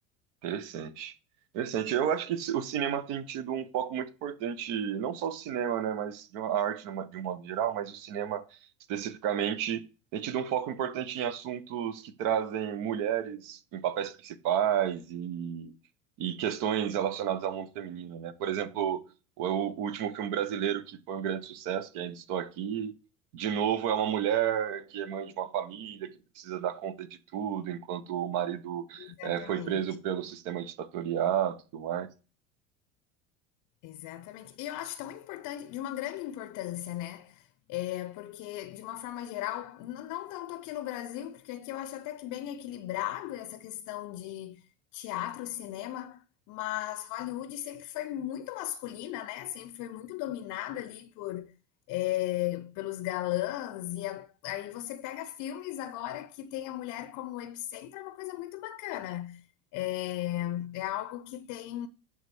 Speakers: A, on the right; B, on the left.
A: Interessante. Interessante. Eu acho que o cinema tem tido um foco muito importante, não só o cinema, né, mas de uma- a arte numa- de um modo geral, mas o cinema especificamente tem tido um foco importante em assuntos que trazem mulheres em papéis principais e, e questões relacionadas ao mundo feminino, né? Por exemplo, o, o último filme brasileiro que foi um grande sucesso, que é ainda estou aqui, de novo é uma mulher que é mãe de uma família, que precisa dar conta de tudo, enquanto o marido
B: Exatamente.
A: é, foi preso pelo sistema ditatorial, e tudo mais.
B: Exatamente. E eu acho tão importante, de uma grande importância, né? É, porque, de uma forma geral, n- não tanto aqui no Brasil, porque aqui eu acho até que bem equilibrado essa questão de teatro, cinema, mas Hollywood sempre foi muito masculina, né? Sempre foi muito dominada ali por, é, pelos galãs, e a- aí você pega filmes agora que tem a mulher como epicentro, é uma coisa muito bacana. É, é algo que tem